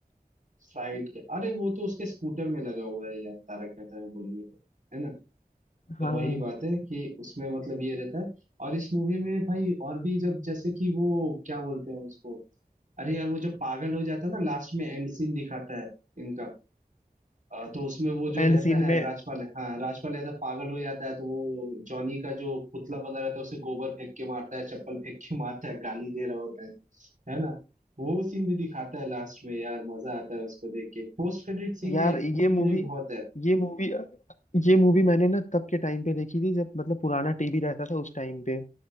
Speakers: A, on the right; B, on the left.
A: साइड के अरे वो तो उसके स्कूटर में लगा हुआ है यार तारक मेहता में बोलेंगे तो है ना पर
B: हाँ
A: वही बात है कि उसमें मतलब ये रहता है और इस मूवी में भाई और भी जब जैसे कि वो क्या बोलते हैं उसको अरे यार वो जब पागल हो जाता है ना लास्ट में एंड सीन दिखाता है इनका अ, तो उसमें वो जो
B: एंड
A: रहता
B: सीन
A: है
B: में
A: राजपाल हाँ राजपाल यादव पागल हो जाता है तो वो जॉनी का जो पुतला बना रहता है उसे गोबर फेंक के मारता है चप्पल फेंक के मारता है गाली दे रहा होता है है ना वो सीन भी दिखाता है लास्ट में यार मजा आता है उसको देख के पोस्ट क्रेडिट सीन
B: यार
A: या scene
B: ये मूवी
A: भी बहुत है
B: ये मूवी ये मूवी मैंने ना तब के टाइम पे देखी थी जब मतलब पुराना टीवी रहता था उस टाइम पे